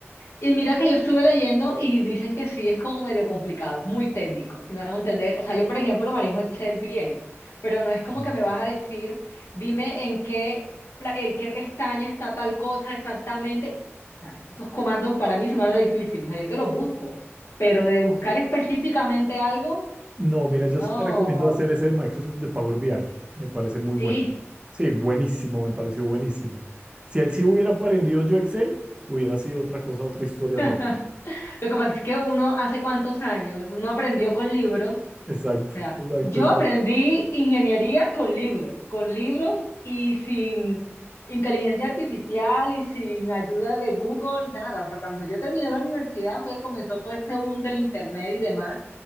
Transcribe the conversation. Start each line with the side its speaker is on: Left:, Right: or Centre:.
Left: Y mira que yo estuve leyendo y dicen que sí es como medio complicado, es muy técnico, si me van a entender. O sea, yo por ejemplo lo manejo Excel bien, pero no es como
Right: Mm.
Left: que me vas a decir, dime en qué, pla- en qué pestaña está tal cosa exactamente. Nada, Esos comandos para mí se me hacen difícil, o sea, yo te los busco, pero de buscar específicamente algo,
Right: no, mira, yo
Left: no,
Right: sí te recomiendo hacer ese de Microsoft de Power BI, me parece muy
Left: sí.
Right: bueno. Sí, buenísimo, me pareció buenísimo. Si así hubiera aprendido yo Excel, hubiera sido otra cosa, otra historia
Left: <laughs>
Right: todo.
Left: Lo que pasa es que uno hace cuántos años, uno aprendió con libros O
Right: Exacto,
Left: sea,
Right: exacto,
Left: yo
Right: exacto.
Left: aprendí ingeniería con libros, con libros y sin inteligencia artificial y sin ayuda de Google, nada. O sea, cuando yo terminé la universidad fue que comenzó todo este boom del internet y demás,